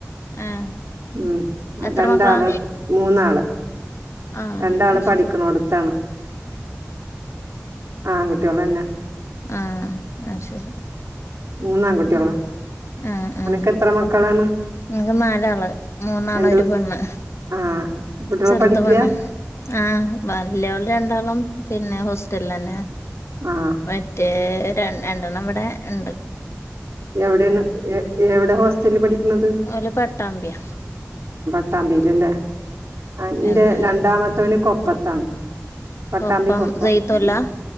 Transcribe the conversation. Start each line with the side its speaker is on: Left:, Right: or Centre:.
Left: ആഹ്
Right: ഉം
Left: എത്ര
Right: രണ്ടാള്
Left: മക്കളാ
Right: മൂന്നാള്
Left: ആഹ്
Right: രണ്ടാള് പഠിക്ക്ണോട്ത്താണ്
Left: ശരി
Right: അഹ്‌ കുട്ടികന്നെ
Left: ആഹ ആഹ ശരി
Right: മൂന്നാൺകുട്ടികളാ
Left: ഉം ആഹ ആഹ്
Right: അനക്ക് എത്ര മക്കളാണ്
Left: നിക്ക് നാലാള് മൂന്നാാണ്
Right: എന്ത്
Left: ഒരു പെണ്.
Right: ആഹ് കുട്ടികള്
Left: ചെറുത്
Right: പഠിക്കയാ
Left: പെണ് ആഹ വല്യോള് രണ്ടാളും പിന്നെ ഹോസ്റ്റലിൽ തന്നെ
Right: ആഹ്
Left: മറ്റേ ര രണ്ടെണ്ണം ഇവിടെ ണ്ട്
Right: എവിടെയാണ് എ എവിടെ ഹോസ്റ്റലിൽ പഠിക്കണത്
Left: ഒല് പട്ടാമ്പ്യ
Right: ട്ടാമ്പില്ല്ലേ എന്റെ
Left: പിന്നെ
Right: രണ്ടാമത്തവന് കൊപ്പത്താണ് പട്ടാമ്പികൊപ്പം
Left: കൊപ്പം ജയ്ത്തുല്ല
Right: മ്